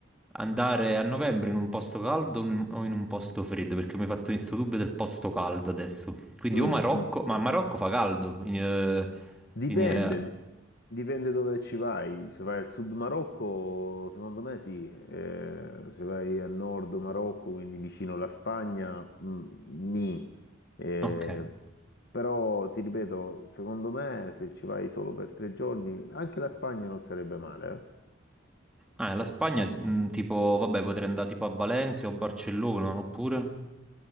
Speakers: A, in the centre; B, on the left.
A: andare a novembre in un posto caldo o in o in un posto freddo, perché mi hai fatto questo dubbio del posto caldo adesso. Quindi
B: Mm,
A: o Marocco,
B: mm.
A: ma a Marocco fa caldo. in- eh,
B: Dipende,
A: in- eh,
B: dipende dove ci vai. Se vai al sud Marocco, secondo me sì. Eh, se vai a nord Marocco, quindi vicino alla Spagna, mm, nì. Eh,
A: ok.
B: però ti ripeto, secondo me se ci vai solo per tre giorni, anche la Spagna non sarebbe male. eh.
A: Ah, la Spagna, mh, tipo, vabbè, potrei andare tipo a Valencia o Barcellona, oppure?